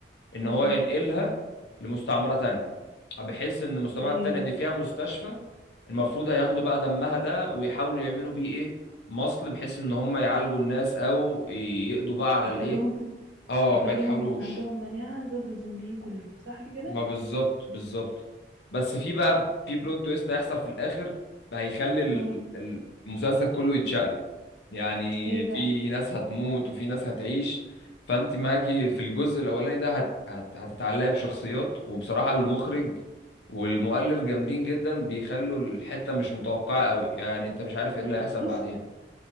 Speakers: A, on the left; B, on the right.
A: ان
B: امم
A: هو ينقلها لمستعمرة تانية بحيث ان المستعمرة
B: ايوه
A: التانية دي فيها مستشفى المفروض هياخدوا بقى دمها ده ويحاولوا يعملوا بيه ايه مصل بحيث ان هم يعالجوا الناس او يقضوا بقى على
B: يخلوهم
A: الايه اه
B: يخلوهم
A: ما يتحاولوش
B: عندهم مناعه ضد الزومبيين كلهم صح كده
A: ما بالظبط بالظبط بس في بقى في بلوت تويست هيحصل في الاخر هيخلي ال-
B: امم
A: ال- المسلسل كله يتشقلب يعني
B: ايه بقى
A: في ناس هتموت وفي ناس هتعيش فانت معاكي في الجزء الاولاني ده هت هت هتتعلقي بشخصيات وبصراحة المخرج والمؤلف جامدين جدا بيخلوا الحتة مش متوقعة قوي يعني انت مش عارف ايه
B: مم.
A: اللي هيحصل
B: بص
A: بعدين